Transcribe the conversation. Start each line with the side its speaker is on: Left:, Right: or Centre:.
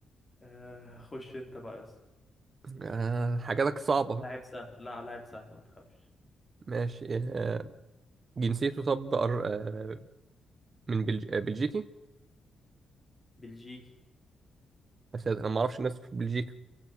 Left: آه خش انت بقى يا اسطى
Right: آه حاجاتك صعبة
Left: لاعب سهل لا لاعب سهل ما تخافش
Right: ماشي آه جنسيته طب أر... آه، من بلج... آه، بلجيكي
Left: بلجيكي
Right: بس انا ما اعرفش الناس في بلجيكا